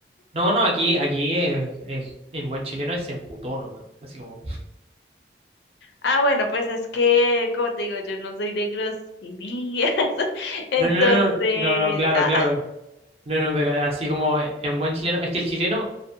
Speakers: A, on the right (about 35°); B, on the left (about 75°).
A: No, no, aquí, aquí es- es- en buen chileno es se emputó nomás. Así como.
B: Ah, bueno, pues es que, como te digo, yo no soy de groserías. <laughs> Entonces,
A: No, no, no, no, no, claro,
B: ah,
A: claro. No, no, pero así como en buen chileno. Es que el chileno,